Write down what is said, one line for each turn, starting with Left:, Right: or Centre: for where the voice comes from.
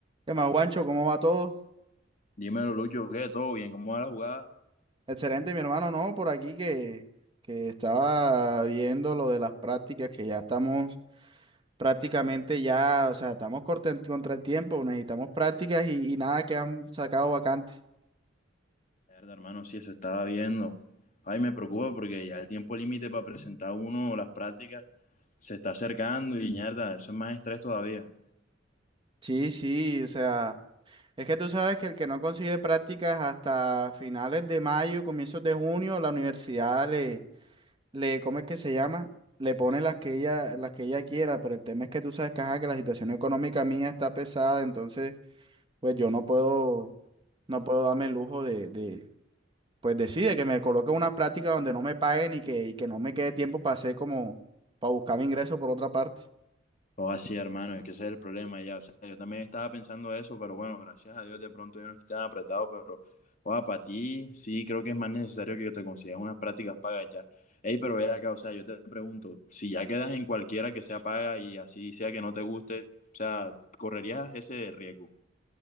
Right: ¿Qué más, Guancho? ¿Cómo va todo?
Left: Dímelo, Lucho, ¿qué? ¿Todo bien? ¿Cómo va la jugada?
Right: Excelente, mi hermano, ¿no? Por aquí que, que estaba viendo lo de las prácticas, que ya estamos prácticamente ya, o sea, estamos corta- contra el tiempo, necesitamos prácticas y, y nada que han sacado vacantes.
Left: Mierda, hermano, sí, eso estaba viendo. Ay, me preocupa porque ya el tiempo límite para presentar uno las prácticas se está acercando y mierda, eso es más estrés todavía.
Right: Sí, sí, o sea, es que tú sabes que el que no consigue prácticas hasta finales de mayo, comienzos de junio, la universidad le, le, ¿cómo es que se llama? le pone las que ella, las que ella quiera, pero el tema es que tú sabes que, ajá, que la situación económica mía está pesada, entonces pues yo no puedo, no puedo darme el lujo de, de pues decide que me coloque una práctica donde no me paguen y que, y que no me quede tiempo para hacer como, para buscar mi ingreso por otra parte.
Left: O así, hermano, es que ese es el problema ya. O sea, yo también estaba pensando eso, pero bueno, gracias a Dios de pronto yo no estoy tan apretado, pero o para ti sí creo que es más necesario que te consigas unas prácticas pagas ya. Ey, pero ve acá, o sea, yo te pregunto, si ya quedas en cualquiera que sea paga y así sea que no te guste, o sea, ¿correrías ese riesgo?